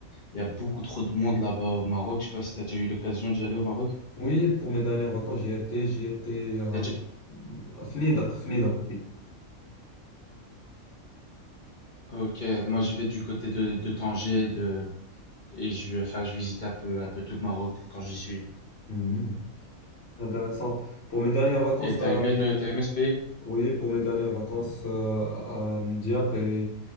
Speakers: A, on the left (about 40°); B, on the left (about 55°).
A: il y a beaucoup trop de monde là-bas au Maroc. Je sais pas si t'as déjà eu l'occasion d'y aller au Maroc.
B: Oui, pour mes dernières vacances, j'y étais, j'y étais à,
A: T'as déjà-
B: à Fnidak, Fnidak, oui.
A: Ok, moi je vais du côté de, de Tanger de... et je, vais- enfin, je visite un peu, un peu tout le Maroc quand j'y suis.
B: Mhm. C'est intéressant. Pour mes dernières vacances,
A: Et t'as
B: à-
A: aimé le, t'as aimé ce pays?
B: oui, pour mes dernières vacances euh, à Diak et,